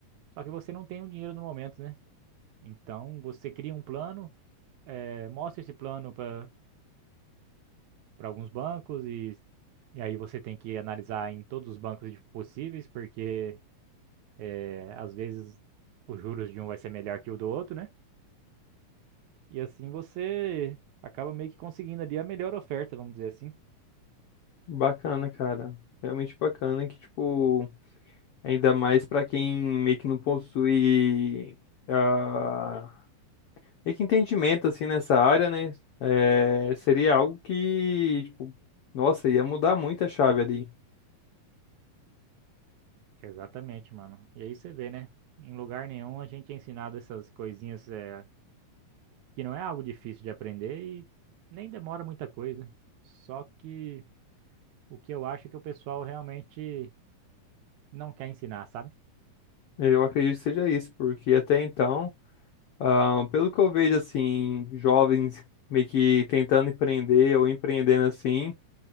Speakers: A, on the right; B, on the left.
A: só que você não tem o dinheiro no momento, né? Então você cria um plano, é, mostra esse plano para para alguns bancos e, e aí você tem que analisar em todos os bancos de- possíveis, porque é, às vezes os juros de um vai ser melhor que o do outro, né? E assim você acaba meio que conseguindo ali a melhor oferta, vamos dizer assim.
B: Bacana, cara. Realmente bacana que, tipo, ainda mais pra quem meio que não possui ah, meio que entendimento, assim, nessa área, né? É, seria algo que, tipo, nossa, ia mudar muito a chave ali.
A: Exatamente, mano. E aí você vê, né? Em lugar nenhum a gente é ensinado essas coisinhas é, que não é algo difícil de aprender e nem demora muita coisa. Só que o que eu acho é que o pessoal realmente não quer ensinar, sabe?
B: Eu acredito que seja isso, porque até então, ah, pelo que eu vejo, assim, jovens meio que tentando empreender ou empreendendo assim,